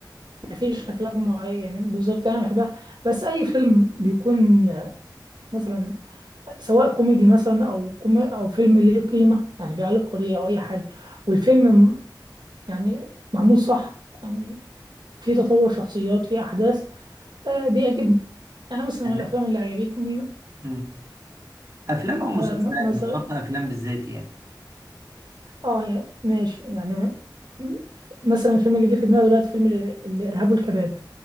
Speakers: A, on the right; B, on the right.
A: مفيش افلام معينه بالظبط انا بحبها بس اي فيلم بيكون آه، مثلا سواء كوميدي مثلا او كومي او فيلم ليه قيمه يعني بيعلق قضيه او اي حاجه والفيلم م- يعني معمول صح يعني في تطور شخصيات في احداث آه بيعجبني يعني مثلا
B: يعني
A: من الافلام اللي عجبتني
B: مم. أفلام أو مسلسلات
A: آه م- مثلا
B: مش شرط أفلام بالذات يعني
A: اه يعني ماشي يعني م- م- مثلا الفيلم اللي جه في دماغي دلوقتي فيلم ال- الارهاب والكباب